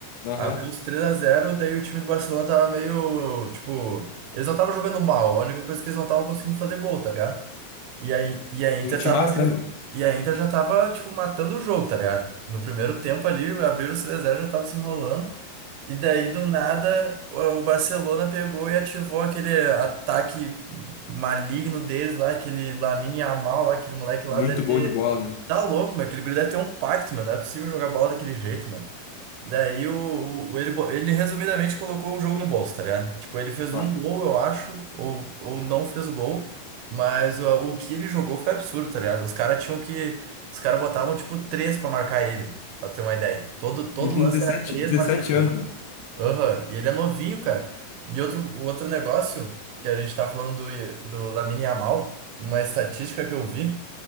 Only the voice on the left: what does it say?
Aham.
E um timaço,
né, meu?
Muito
bom de bola, meu.
Bah.
E ele tem
dezessete,
dezessete
anos,
meu.